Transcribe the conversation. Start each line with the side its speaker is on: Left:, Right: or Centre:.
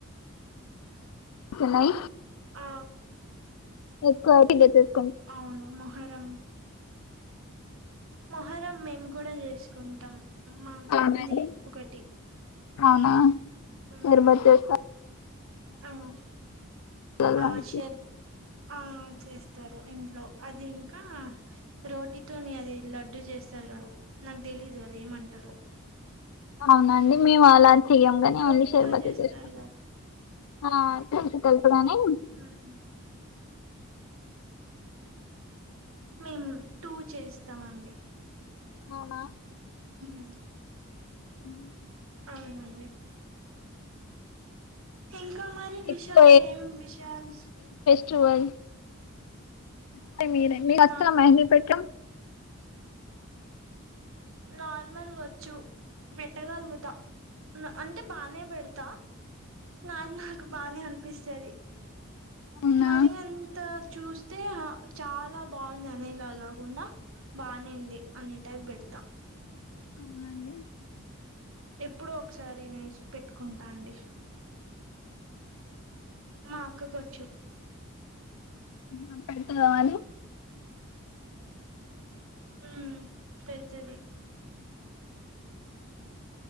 Left: చెన్నై
Right: ఆ
Left: ఎక్కువ <inaudible>
Right: అవును మొహర్రం మొహర్రం మేము కూడా చేసుకుంటాం మాకు
Left: అవునండి
Right: ఉంది ఒకటి
Left: అవునా
Right: ఉమ్,
Left: షార్భత్ చేస్తా
Right: అవును
Left: పాలల్లో
Right: ఆ
Left: వేసి
Right: షర్ ఆ చేస్తారు ఇంట్లో అది ఇంకా రోటీతోని అది లడ్డూ జేస్తారు గదా నాకు తెలీదు అదేమంటరో
Left: అవునండి మేము అలా చెయ్యము గని
Right: రోటీతో
Left: ఓన్లీ షర్బతే
Right: చేస్తారు
Left: చేస్తాం
Right: కదా
Left: ఆ తెల్సు తెల్సు గాని
Right: ఉమ్. మేమ్ టూ చేస్తామండి
Left: అవునా
Right: ఉహ్
Left: ఉహు
Right: అవున అండి ఇంకా మరి విషయాలేం
Left: ఎక్కువ
Right: విషాల్స్
Left: ఉగాది <unintelligible> అచ్చ
Right: నాకా
Left: మెహందీ పెట్టడం
Right: నార్మల్గచ్చు పెట్టగలుగుతా న అంటే బానే బెడ్తా నాది నాకు బానే అనిపిస్తది
Left: అవునా
Right: మరి అంత చూస్తే హ చాలా బాగుంది అనేల గాకుండా బానేఉంది అనే టైప్ బెడ్తా
Left: అవునండి
Right: ఎప్పుడో ఒకసారి నేర్చ్ పెట్టుకుంటా అండి మా అక్కకోచ్చు
Left: నాక్ పెడ్తవానే
Right: ఉమ్ పెడ్తది